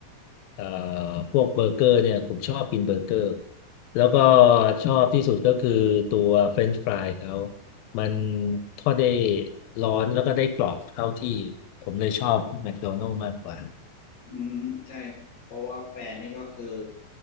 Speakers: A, on the left; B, on the left.
A: เอ่อพวกเบอร์เกอร์เนี่ยผมชอบกินเบอร์เกอร์แล้วก็ชอบที่สุดก็คือตัวเฟรนช์ฟรายเขามันทอดได้ร้อนแล้วก็ได้กรอบเข้าที่ผมเลยชอบแม d โดนัล s มากกว่า
B: อืมใช่เพราะว่าแฟนนี่ก็คือ